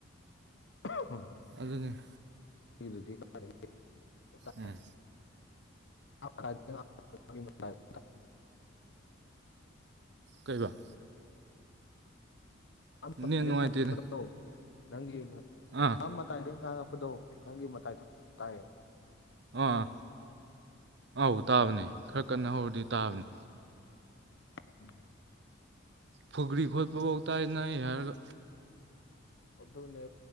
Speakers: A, on the left; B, on the right.
A: <unintelligible>
B: ꯑꯗꯨꯅꯦ
A: ꯑꯩꯈꯣꯏꯗꯨꯗꯤ <unintelligible>
B: ꯎꯝ
A: <unintelligible>
B: ꯀꯩꯕ
A: <unintelligible>
B: ꯅꯦꯠ ꯅꯨꯡꯉꯥꯏꯇꯦꯅꯦ
A: ꯅꯪꯒꯤ ꯅ
B: ꯑꯥ
A: ꯃꯇꯥꯏꯗꯒꯤ ꯉꯥꯡꯉꯛꯄꯗꯣ ꯅꯪꯒꯤ ꯃꯇꯥꯏꯗꯨ ꯇꯥꯏꯑꯦꯕ
B: ꯑꯥꯥ ꯑꯥꯎ ꯇꯥꯕꯅꯦ ꯈꯔ ꯀꯟꯅ ꯍꯧꯔꯗꯤ ꯇꯥꯕꯅꯦ
A: <inaudible>
B: ꯐꯨꯒ꯭ꯔꯤ ꯈꯣꯠꯄꯐꯥꯎ ꯇꯥꯏꯅꯩ ꯍꯥꯏꯔꯒ
A: ꯑꯗꯨꯅꯦ